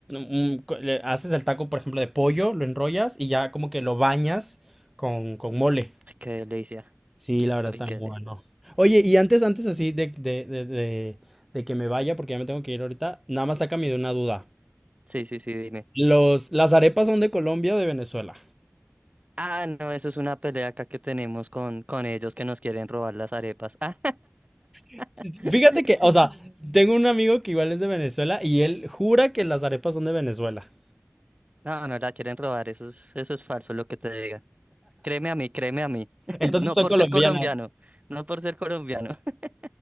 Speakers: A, in the centre; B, on the right.
A: un co- le haces el taco, por ejemplo, de pollo, lo enrollas y ya como que lo bañas con, con mole.
B: Ay, qué delicia.
A: Sí, la verdad está
B: Ay, qué
A: muy
B: delicia.
A: bueno. Oye, y antes, antes así de, de, de, de, de que me vaya, porque ya me tengo que ir ahorita, nada más sácame de una duda.
B: Sí, sí, sí, dime.
A: Los, ¿las arepas son de Colombia o de Venezuela?
B: Ah, no, eso es una pelea acá que tenemos con, con ellos que nos quieren robar las arepas. Ah.
A: Sí, sí,
B: <laughs>
A: Fíjate que, o sea, tengo un amigo que igual es de Venezuela y él jura que las arepas son de Venezuela.
B: No, no la quieren robar, eso es, eso es falso lo que te digan. Créeme a mí, créeme a mí. <laughs>
A: Entonces
B: No
A: son
B: por
A: colombianas.
B: ser colombiano, no por ser colombiano. <laughs>